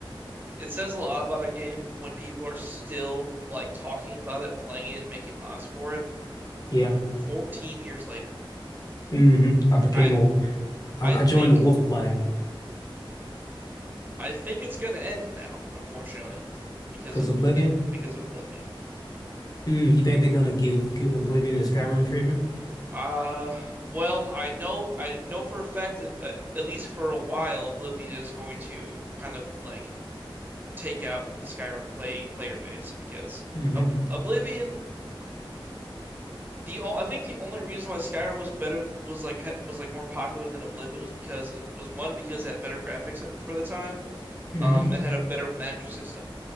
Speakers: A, on the right; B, on the left.
A: it says a lot about a game when people are still like talking about it, playing it, and making mods for it
B: Yeah.
A: 14 years later.
B: hmm I became
A: I
B: a I,
A: I think
B: I joined the Wolf Clan
A: I think it's gonna end now, unfortunately, because
B: because
A: of
B: Oblivion.
A: the because of Oblivion.
B: Mm, you think they're gonna give give Oblivion the Skyrim treatment?
A: Uh, well, I know I know for a fact that uh, at least for a while, Oblivion is going to kind of like take out the Skyrim play player base because
B: hmm
A: Ob Oblivion. The o- I think the only reason why Skyrim was better was like ha- was like more popular than Oblivion was because it was one because it had better graphics for the time,
B: hmm
A: um, and had a better magic system.